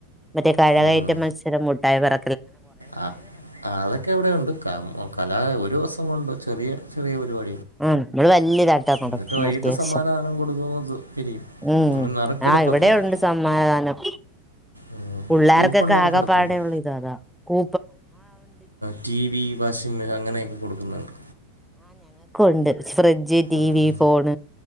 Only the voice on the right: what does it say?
ഉം.
ആ അതൊക്കെ എവിടെുണ്ട് കല ഒരു ദിവസം കൊണ്ട് ചെറിയ ചെറിയ പാ
എന്നിട്ട് വൈകിട്ട്
സമ്മാനദാനം കൊടുക്കും പിരിയും
അങ്ങനെ നറുക്കെടുപ്പൊക്കെ
കാണും
ഉം.
കൂപ്പൺ നറുക്കെടുപ്പുണ്ട്
ടി വി വാഷിംഗ് മെഷീൻ അങ്ങനെയൊക്കെ കൊടുക്കുന്നുണ്ട്
ഉം.